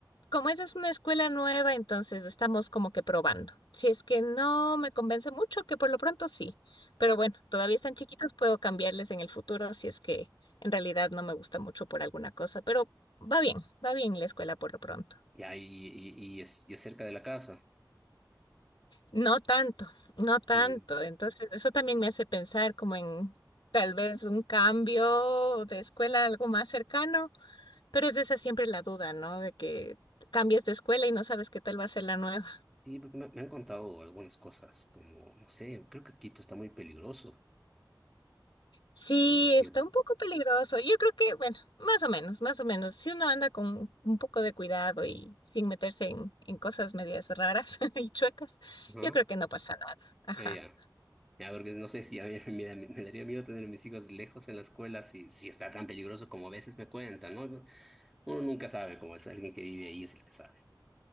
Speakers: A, on the left; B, in the centre.
A: como esa es una escuela nueva, entonces estamos como que probando. Si es que no me convence mucho, que por lo pronto sí, pero bueno, todavía están chiquitos, puedo cambiarles en el futuro si es que en realidad no me gusta mucho por alguna cosa, pero va bien, va bien la escuela por lo pronto.
B: Ya, y, y, y, es, y es cerca de la casa.
A: No tanto, no tanto.
B: Y,
A: Entonces, eso también me hace pensar como en tal vez un cambio de escuela, a algo más cercano, pero es de esa siempre la duda, ¿no? De que cambies de escuela y no sabes qué tal va a ser la nueva.
B: y porque me, me han contado algunas cosas, como, no sé, creo que Quito está muy peligroso.
A: Sí,
B: Y
A: está
B: yo,
A: un poco peligroso. Yo creo que, bueno, más o menos, más o menos. Si uno anda con un poco de cuidado y sin meterse en, en cosas medias raras <laughs> y chuecas,
B: ¿no?
A: yo creo que no pasa nada. Ajá.
B: Ah, ya. Ya, porque no sé si a mí me, da- me daría miedo tener a mis hijos lejos en la escuela si, si está tan peligroso como a veces me cuentan, ¿no? Uno nunca sabe, como es alguien que vive ahí es el que sabe.